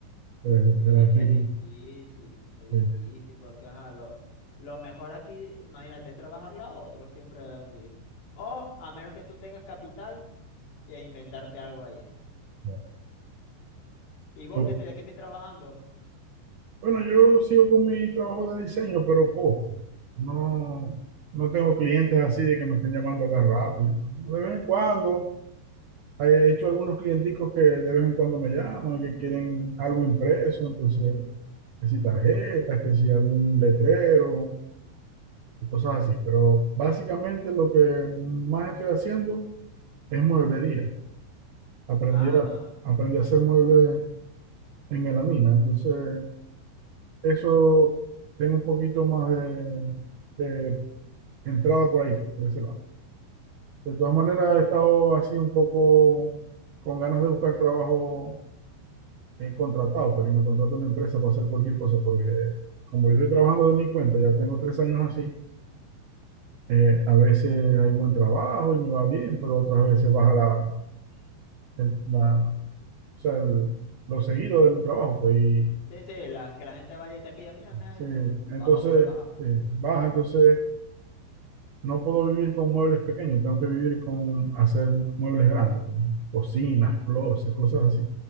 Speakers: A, on the right; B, on the left.
A: se les,
B: Sí,
A: se les
B: es que
A: digo.
B: es difícil, es difícil,
A: sí,
B: porque ajá, lo, lo mejor aquí, imagínate, es trabajarle a otro siempre aquí. O a menos que tú tengas capital e inventarte algo ahí.
A: claro.
B: ¿Y vos
A: Yo-
B: qué te, de qué estoy trabajando?
A: bueno, yo sigo con mi trabajo de diseño, pero poco. No, no tengo clientes así de que me estén llamando cada rato. ¿no? De vez en cuando He hecho algunos clienticos que de vez en cuando me llaman, que quieren algo impreso, entonces, que si tarjetas, que si algún letrero, y cosas así. Pero básicamente lo que más estoy haciendo es mueblería. Aprendí
B: Ajá.
A: a, aprendí a hacer muebles en melamina, entonces eso tengo un poquito más de, de entrada por ahí, pues, por ese lado. De todas
B: Mm.
A: maneras, he estado así un poco con ganas de buscar trabajo eh, contratado, para que me contrate una empresa para hacer cualquier cosa, porque como yo estoy trabajando de mi cuenta, ya tengo tres años así, eh, a veces hay buen trabajo y me va bien, pero otras veces baja la, el- la, o sea, el- lo seguido del trabajo, pues, y
B: Sí, sí, la, que la gente vaya y te pida, mira, me das
A: sí,
B: esto,
A: entonces,
B: bajo pues, baja.
A: sí, baja, entonces no puedo vivir con muebles pequeños, tengo que vivir con hacer muebles grandes, pues, cocinas, closets, cosas así.